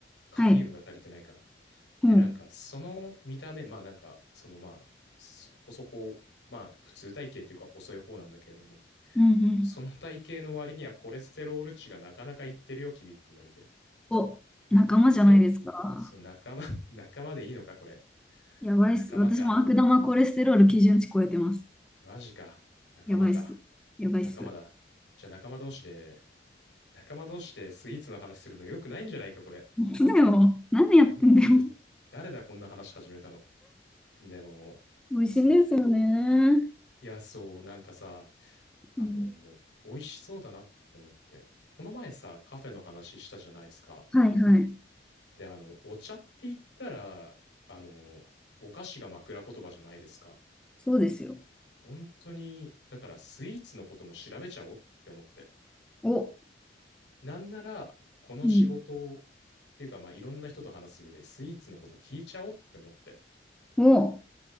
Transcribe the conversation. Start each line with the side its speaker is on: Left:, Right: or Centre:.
Left: カリウムが足りてないから。
Centre: はい。
Left: で、
Centre: ほう。
Left: なんか、その見た目、まあなんか、そのまあ、そこそこ、まあ、普通体型っていうか細い方なんだけれども、
Centre: うんう
Left: その体型の割にはコレステロール値がなかなかいってるよ、
Centre: ん。
Left: 君って言われて。
Centre: お、仲間じゃないですか。
Left: けん、そう、仲間、<laughs> 仲間でいいのか、これ。
Centre: やばいっす。
Left: 仲間か。
Centre: 私も悪玉コレステロール基準値超えてます。
Left: マジか。仲間か。
Centre: やばいっす。やばいっす。
Left: 仲間だ。じゃあ仲間同士で、仲間同士でスイーツの話するの良くないんじゃないか、これ。
Centre: 本当だよ。何やってんだよ。
Left: 本当だよ。誰だ、こんな話始めたの。でも、
Centre: 美味しいんですよね。
Left: そう。いや、そう、なんかさ、あの、
Centre: うん、
Left: 美味しそうだなって思って。この前さ、カフェの話したじゃないですか。
Centre: はいはい。
Left: で、あの、お茶って言ったら、あの、お菓子が枕言葉じゃないですか。
Centre: そうですよ。
Left: 本当に、だからスイーツのことも調べちゃおうって思って。
Centre: お、
Left: なんなら、この仕事を
Centre: うん。
Left: っていうか、まあ、いろんな人と話す上で、スイーツのこと聞いちゃおうって思って。
Centre: お、